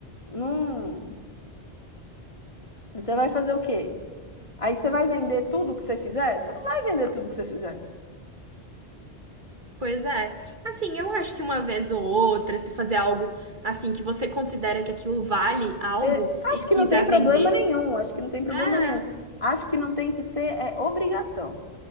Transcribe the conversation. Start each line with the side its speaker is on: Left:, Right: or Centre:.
Left: Não. Você vai fazer o quê? Aí você vai vender tudo que você fizer? Você não vai vender tudo que você fizer.
Right: Pois é. Assim, eu acho que uma vez ou outra, se fazer algo assim que você considera que aquilo vale algo
Left: É,
Right: e
Left: acho que
Right: quiser
Left: não tem problema
Right: vender,
Left: nenhum. Acho que não tem problema
Right: ah,
Left: nenhum. Acho que não tem que ser é, obrigação.